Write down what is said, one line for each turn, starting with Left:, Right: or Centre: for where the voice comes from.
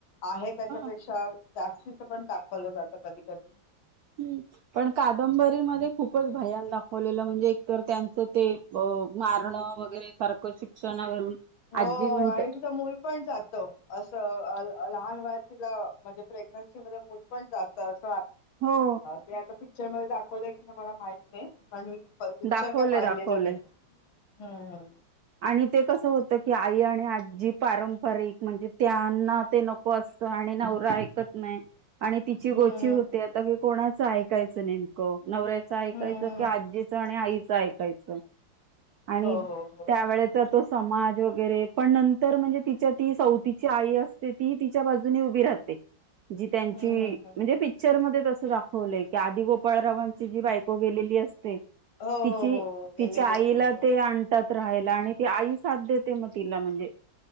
Left: आहे त्याच्यापेक्षा
Right: ह
Left: जास्त पण दाखवलं जात कधी-कधी.
Right: हम् पण कादंबरीमध्ये खूपच भयान दाखवलेलं म्हणजे एकतर त्यांच ते मारणं वगैरे सारखं शिक्षणावरून
Left: हो
Right: आजी म्हणते
Left: आणि तिचं मूल पण जात असं लहान वया तिला म्हणजे प्रेग्नन्सी मध्ये मूल पण जात अस
Right: हो
Left: ते आता पिक्चर मध्ये दाखवलंय की नाही मला माहित नाही पण, पिक्चर
Right: दाखवले
Left: काय पाहिलेलं
Right: दाखवले
Left: नाही. हम्म हम्,
Right: आणि ते कसं होत की आई आणि आजी पारंपरिक म्हणजे त्यांना ते नको अस आणि नवरा ऐकत नाही आणि तिची
Left: हम्म
Right: गोची होती आता की कोणाचं ऐकायचं नेमकं, नवऱ्याचं ऐकायचं
Left: हम्म
Right: कि, आजीचं आणि आईचं ऐकायचं. आणि
Left: हो-हो हो!
Right: त्यावेळेचा समाज वगैरे मग तिच्या सवतीची आहे तिच्या बाजूने ऊभी राहते, जि त्यांची
Left: हम्म हम्म हम्म
Right: म्हणजे पिक्चर मध्ये तस. दाखवलंय की गोपाळरावांची जी बायको गेलेली असते
Left: हो
Right: तिची
Left: हो हो हो गेलेली
Right: तिच्या आईला
Left: असते हम्म
Right: ते आणतात राहायला, आणि ती आई साथ देते मग तिला म्हणजे